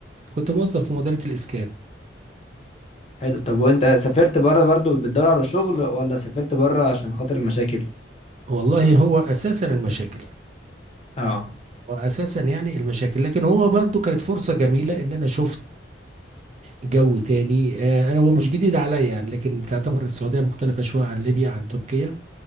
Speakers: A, on the right; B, on the left.
A: كنت موظف في مديريه الاسكان
B: حلو طب وانت سافرت بره برضو بتدور على شغل ولا سافرت بره عشان خاطر المشاكل
A: والله هو اساسا المشاكل
B: اه
A: واساسا يعني المشاكل لكن هو برضو كانت فرصه جميله ان انا شفت جو تاني آه، انا هو مش جديد عليا يعني لكن تعتبر السعوديه مختلفه شويه عن ليبيا عن تركيا